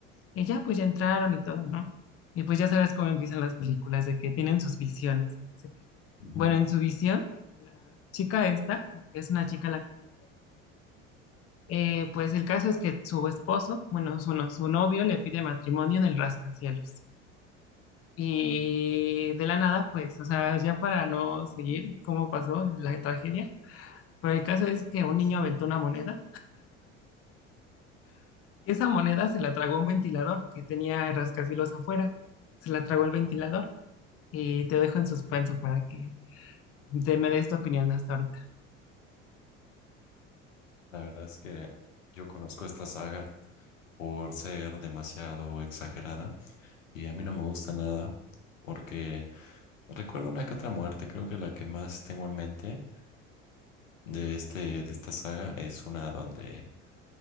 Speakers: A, on the left; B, on the left.
A: Y ya, pues ya entraron y todo, ¿no? Y pues ya sabes cómo empiezan las películas, de que tienen sus visiones. no sé qué.
B: Ujú.
A: Bueno, en su visión, la chica esta, porque es una chica la que tiene Eh, pues el caso es que su esposo, bueno, su, no- su novio le pide matrimonio en el rascacielos. Y de la nada, pues, o sea, ya para no seguir cómo pasó la tragedia, pero el caso es que un niño aventó una moneda y esa moneda se la tragó un ventilador que tenía el rascacielos afuera. Se la tragó el ventilador y te dejo en suspenso para que te me des tu opinión hasta ahorita.
B: La verdad es que yo conozco esta saga por ser demasiado exagerada Y a mí no me gusta nada porque recuerdo una que otra muerte, creo que la que más tengo en mente de este de esta saga es una donde